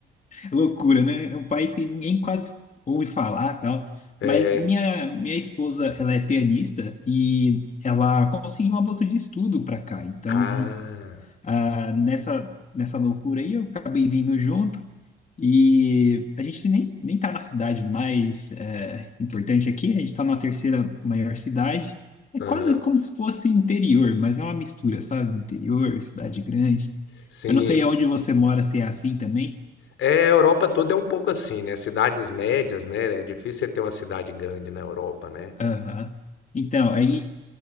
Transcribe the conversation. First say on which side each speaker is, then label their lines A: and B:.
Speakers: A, on the left; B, on the left.
A: Loucura, né? É um país que ninguém quase ouve falar, tal.
B: é,
A: Mas minha minha esposa, ela é pianista e ela conseguiu uma bolsa de estudo para cá. Então,
B: Ah,
A: ah, nessa nessa loucura aí, eu acabei vindo junto. E a gente nem, nem tá na cidade mais é, importante aqui, a gente está numa terceira maior cidade. É
B: aham.
A: quase como se fosse interior, mas é uma mistura, sabe? Interior, cidade grande.
B: Sim.
A: Eu não sei onde você mora, se é assim também.
B: É, a Europa toda é um pouco assim, né? Cidades médias, né? né, É difícil você ter uma cidade grande na Europa, né?
A: Aham. Então, aí